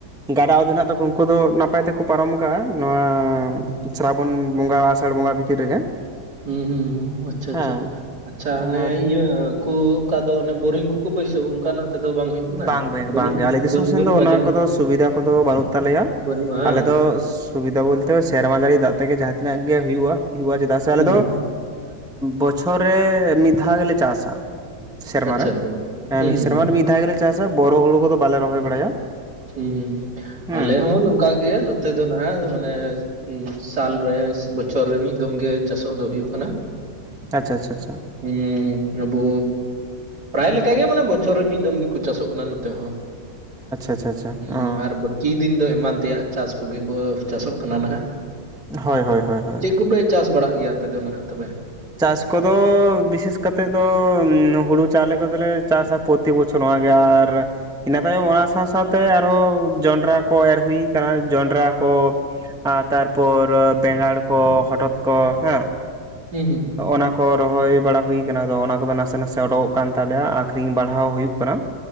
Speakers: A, in the centre; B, on the right.
A: ᱜᱟᱰᱟ ᱟᱫ ᱦᱮᱱᱟᱜ ᱛᱟᱠᱚᱣᱟ ᱩᱱᱠᱩ ᱫᱚ ᱱᱟᱯᱟᱭ ᱛᱮᱠᱚ ᱯᱟᱨᱚᱢ ᱠᱟᱜ-ᱟ ᱱᱚᱣᱟ
B: ᱦᱩᱸ,
A: ᱟ ᱥᱨᱟᱵᱚᱱ ᱵᱚᱸᱜᱟ ᱟᱥᱟᱲ ᱵᱚᱸᱜᱟ ᱵᱷᱤᱛᱤᱨ ᱨᱮᱜᱮ
B: ᱦᱩᱸ ᱦᱩᱸ ᱟᱪᱪᱷᱟ
A: ᱦᱮᱸ
B: ᱟᱪᱪᱷᱟ ᱟᱪᱪᱷᱟ ᱟᱱᱮ
A: ᱟᱨ
B: ᱤᱭᱟᱹ ᱠᱩ ᱚᱠᱟᱫᱚ ᱚᱱᱮ ᱵᱳᱨᱤᱝ ᱠᱚᱠᱚ ᱵᱟᱹᱭᱥᱟᱹᱣᱟ ᱚᱱᱠᱟᱱᱟᱜ ᱛᱮᱫᱚ ᱵᱟᱝ ᱦᱩᱭᱩᱜ ᱠᱟᱱᱟ?
A: ᱵᱟᱝ ᱵᱮ
B: ᱵᱟᱹᱱᱩᱜ
A: ᱵᱟᱝᱜᱮ ᱟᱞᱮ ᱫᱤᱥᱚᱢ
B: ᱵᱟᱹᱱ-
A: ᱥᱮᱱ
B: ᱵᱟᱹᱱᱩᱜᱼᱟ
A: ᱫᱚ ᱚᱱᱟ
B: ᱡᱟᱹᱱᱤᱡ?
A: ᱠᱚᱫᱚ ᱥᱩᱵᱤᱫᱟ ᱠᱚᱫᱚ ᱵᱟᱹᱱᱩᱜ ᱛᱟᱞᱮᱭᱟ
B: ᱵᱟᱹᱱᱩᱜᱼᱟ ᱵᱟᱝ?
A: ᱟᱞᱮ ᱫᱚ ᱥᱩᱵᱤᱫᱟ ᱵᱚᱞᱛᱮ ᱥᱮᱨᱢᱟ ᱡᱟᱹᱲᱤ ᱫᱟᱜ ᱛᱮᱜᱮ ᱡᱟᱦᱟᱸ ᱛᱤᱱᱟᱹᱜ ᱜᱮ ᱦᱩᱭᱩᱜ-ᱟ ᱦᱩᱭᱩᱜ-ᱟ ᱪᱮᱫᱟᱜ ᱥᱮ
B: ᱦᱩᱸ,
A: ᱟᱞᱮ
B: ᱦᱩᱸ,
A: ᱫᱚ ᱵᱚᱪᱷᱚᱨ ᱨᱮ ᱢᱤᱫ ᱫᱷᱟᱣ ᱜᱮᱞᱮ ᱪᱟᱥᱟ ᱥᱮᱨᱢᱟ
B: ᱟᱪᱪᱷᱟ,
A: ᱨᱮ
B: ᱟᱪᱪᱷᱟ, ᱦᱩᱸ,
A: ᱦᱮ ᱢᱤᱫ
B: ᱦᱩᱸ, ᱦᱩᱸ᱾
A: ᱥᱮᱨᱢᱟ ᱨᱮ ᱢᱤᱫ ᱫᱷᱟᱣ ᱜᱮᱞᱮ ᱪᱟᱥᱟ ᱵᱚᱨᱚ ᱦᱩᱲᱩ ᱠᱚᱫᱚ ᱵᱟᱞᱮ ᱨᱚᱦᱚᱭ ᱵᱟᱲᱟᱭᱟ
B: ᱦᱩᱸ
A: ᱦᱩᱸ
B: ᱟᱞᱮ ᱦᱚᱸ ᱱᱚᱝᱠᱟ ᱜᱮ ᱱᱚᱛ ᱛᱮ ᱫᱚ ᱱᱟᱦᱟᱜ ᱢᱟᱱᱮ ᱥᱟᱞ ᱨᱮ ᱵᱚᱪᱷᱚᱨ ᱨᱮ ᱢᱤᱫ ᱫᱚᱢ ᱜᱮ ᱪᱟᱥᱚᱜ ᱫᱚ ᱦᱩᱭᱩᱜ ᱠᱟᱱᱟ᱾
A: ᱟᱪᱪᱷᱟ ᱟᱪᱪᱷᱟ ᱪᱷᱟ
B: ᱮ ᱟᱵᱩ ᱯᱨᱟᱭᱞᱮᱠᱟ ᱜᱮ ᱢᱟᱱᱮ ᱵᱚᱪᱷᱚᱨ ᱨᱮ ᱢᱤᱫ ᱫᱚᱢ ᱜᱮᱠᱚ ᱪᱟᱥᱚᱜ ᱠᱟᱱᱟ ᱱᱚᱛᱮ ᱦᱚᱸ
A: ᱟᱪᱪᱷᱟ ᱟᱪᱪᱷᱟ ᱟᱪᱪᱷᱟ
B: ᱦᱩᱸ
A: ᱚ
B: ᱟᱨ ᱵᱟᱹᱠᱤ ᱫᱤᱱ ᱫᱚ ᱮᱢᱟᱱ ᱛᱮᱭᱟᱜ ᱪᱟᱥ ᱠᱚᱜᱮ ᱠᱚ ᱪᱟᱥᱚᱜ ᱠᱟᱱᱟ ᱱᱟᱦᱟᱜ
A: ᱦᱳᱭ ᱦᱳᱭ ᱦᱳᱭ ᱦᱳᱭ
B: ᱪᱮᱫ ᱠᱚᱯᱮ ᱪᱟᱥ ᱵᱟᱲᱟᱜ ᱜᱮᱭᱟ ᱟᱯᱮ ᱫᱚ ᱱᱟᱦᱟᱜ ᱛᱚᱵᱮ?
A: ᱪᱟᱥ ᱠᱚᱫᱚ ᱵᱤᱥᱮᱥ ᱠᱟᱛᱮᱫ ᱫᱚ ᱦᱩᱲᱩ ᱪᱟᱣᱞᱮ ᱠᱚᱫᱚᱞᱮ ᱪᱟᱥᱟ ᱯᱨᱚᱛᱤ ᱵᱚᱪᱷᱚᱨ ᱱᱚᱣᱟ ᱜᱮ ᱟᱨ ᱤᱱᱟᱹ ᱛᱟᱭᱚᱢ ᱚᱱᱟ ᱥᱟᱶ ᱥᱟᱶᱛᱮ ᱟᱨᱦᱚᱸ ᱡᱚᱸᱰᱨᱟ ᱠᱚ ᱮᱨ ᱦᱩᱭ ᱠᱟᱱᱟ ᱡᱚᱸᱰᱨᱟ ᱠᱚ ᱟᱨ ᱛᱟᱨᱯᱚᱨ ᱵᱮᱸᱜᱟᱲ ᱠᱚ ᱦᱚᱴᱚᱛ ᱠᱚ ᱦᱮᱸ
B: ᱦᱩᱸ ᱦᱩᱸ
A: ᱚᱱᱟ ᱠᱚ ᱨᱚᱦᱚᱭ ᱵᱟᱲᱟ ᱦᱩᱭ ᱠᱟᱱᱟ ᱟᱫᱚ ᱚᱱᱟ ᱠᱚᱫᱚ ᱱᱟᱥᱮ ᱱᱟᱥᱮ ᱚᱰᱳᱠᱚᱜ ᱠᱟᱱ ᱛᱟᱞᱮᱭᱟ ᱟᱠᱷᱨᱤᱧ ᱵᱟᱲᱟᱦᱟ ᱦᱩᱭᱩᱜ ᱠᱟᱱᱟ